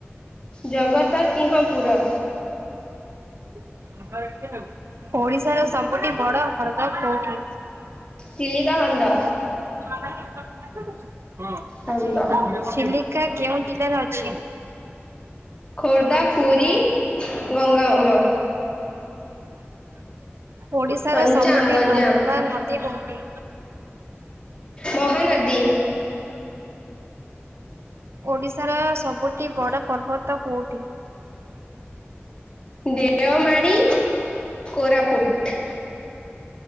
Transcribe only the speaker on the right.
<inaudible> ଓଡିଶାର ସବୁଠି ବଡ ହଦ୍ର କୋଉଠି?
<inaudible>
ଛିଲି କା କେଉଁ ଜିଲ୍ଲା ରେ ଅଛି?
ଓଡ଼ିଶାର
ସବୁଟି
ନମ୍ବା ନଦୀ କଉଣ୍ଟି?
ଓଡିଶାର ସବୁଟି ବଡ ପର୍ବତ କଉଁଟି?